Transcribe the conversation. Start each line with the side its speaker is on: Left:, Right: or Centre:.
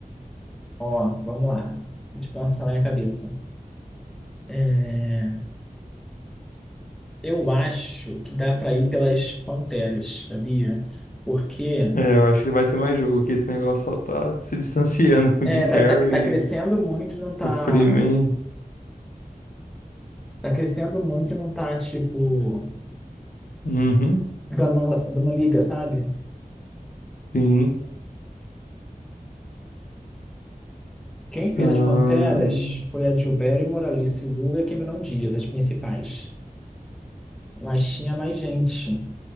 Centre: Ó, vamos lá. Deixa eu pensar na minha cabeça. É, Eu acho que dá para ir pelas panteras, sabia? Porque
Left: É, eu acho que vai ser mais jogo, que esse negócio só tá se <laughs> distanciando com
Centre: é,
Left: o Jim Carrey,
Centre: tá, tá, tá crescendo muito, e não tá.
Left: o Freeman.
Centre: Tá crescendo muito, e não tá, tipo,
Left: Uhum,
Centre: dando, dando liga, sabe?
Left: sim.
Centre: Quem fez
Left: Ahn,
Centre: as panteras foi a Drew Barrymore, a Alice Lu e a Cameron Diaz, as principais. Mas tinha mais gente.